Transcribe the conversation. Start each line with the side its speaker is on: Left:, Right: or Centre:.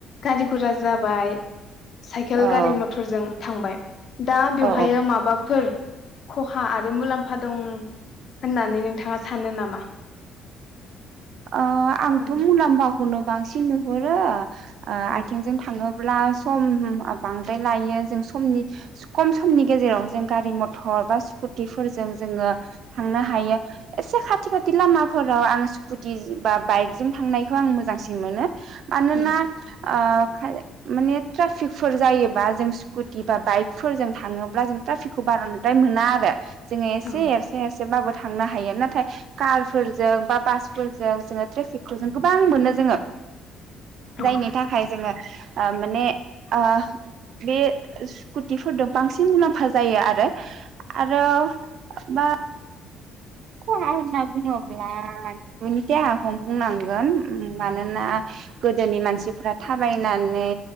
Left: गारि गुरा जाबाय। साइकेल
Right: औ
Left: गारि मथरजों थांबाय दा बेवहाय
Right: औ औ
Left: माबाफोर खहा आरो मुलाम्फा दं होननानै नोंथाङा सानो नामा?
Right: ओ आंथ'
Left: औ
Right: मुलाम्फाखौनो बांसिन नुहुर ओ आ ओ
Left: औ
Right: आथिं थांङो अब्ला सम बांद्राय लायो जों समनि खम समनि गेजेराव जों गारि मथर बा स्कुटिफोरजों जोङो थांनो हायो। एसे खाथि खाथि लामाफोराव आं सु कुटि बा बाइकजों थांनायखौ आं मोजांसिन मोनो। मानोना
Left: औ
Right: ओ खायले माने ट्राफिकफोर जायोबा जों स्कुटि बा बाइकफोरजों थाङोब्ला जों ट्राफिकखौ बारद्राय मोना आरो। जोङो एसे
Left: औ
Right: एसे एस जेबाबो थांनो हायो। नाथाय कार फोरजों बा बास फोरजों जोङो ट्रिफिकफोर जों गोबां मोनो जोङो।
Left: औ
Right: जायनि थाखाय जोङो ओ माने आ बे स्कुटिफोरदो बांसिन मुलाम्फा जायो आरो। आरो मा खहा होनना बुङोब्ला न'नि <unintelligible> खौनो बुंनांगोन। उम मानोना गोद दोनि मानसिफ्रा थाबायनानै